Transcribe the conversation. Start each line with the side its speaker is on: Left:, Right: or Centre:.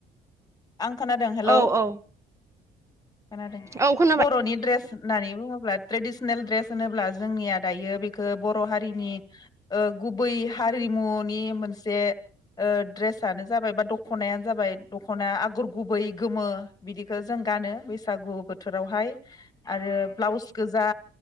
Left: आं खोनादों हेलौ
Right: औ औ
Left: खोनादों
Right: औ खोनाबाय
Left: बर'नि ड्रेस होननानै बुङोब्ला ट्रेडसनेल द्रेस होनोब्ला जोंनिया दायो बेखो बर' हारिनि ओ गुबै हारिमुनि मोनसे ओ द्रेसानो जाबाय बा दख'नायानो जाबाय दख'नाय आगर गुबै गोमो बिदिखो जों गानो बैसागु बोथोरावहाय। आरो ब्लाउस गोजा